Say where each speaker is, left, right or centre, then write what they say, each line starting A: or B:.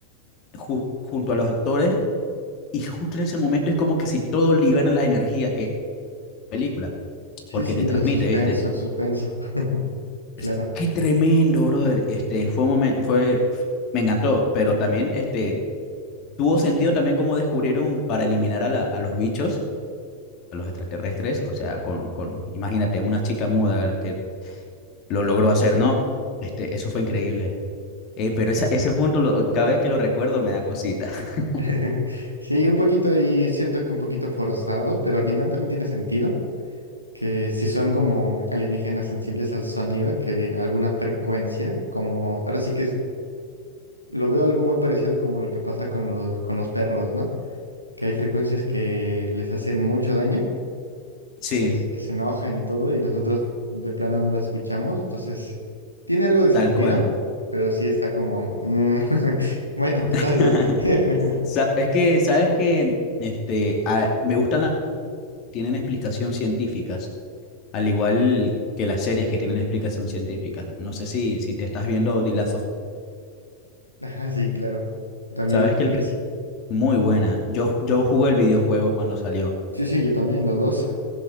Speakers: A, on the left (about 35°); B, on the left (about 85°).
A: ju- junto a los actores Y justo en ese momento es como que si todos liberan las energías que película,
B: Sí,
A: porque
B: sí,
A: te
B: el
A: transmite,
B: suspenso,
A: ¿viste?
B: el suspenso. <laughs> Claro.
A: Es- Qué tremendo, brother. Este, fue un momento, fue, me encantó, pero también, este, tuvo sentido también cómo descubrieron para eliminar a, la- a los bichos, a los extraterrestres, o sea, con, con, imagínate, una chica muda que lo logró hacer, ¿no? Este, eso fue increíble. Eh, pero esa, ese punto, lo- cada vez que lo recuerdo, me da cosita. <laughs>
B: <laughs> Sí, un poquito ahí, siento que un poquito forzado, pero al final también tiene sentido que si son como alienígenas sensibles al sonido, que alguna frecuencia, como ahora sí que es- lo veo algo muy parecido como lo que pasa con los, con los perros, ¿no? Que hay frecuencias que les hacen mucho daño,
A: Sí,
B: que, s- que se enojan y todo, y nosotros de plano no las escuchamos, entonces tiene algo de sentido,
A: tal cual.
B: pero sí está como, mm, <laughs> bueno,
A: <laughs>
B: todavía. <laughs>
A: Sa- Es que, ¿sabes que Este, a- me gustan tienen explicación científicas, al igual que las series que tienen explicación científica. No sé si, si te estás viendo The Last of Us.
B: Ajá, sí, claro. También
A: Sabes
B: es
A: que
B: buenísimo.
A: el... pri- Muy buena. Yo, yo jugué el videojuego cuando salió.
B: Sí, sí, yo también, los dos.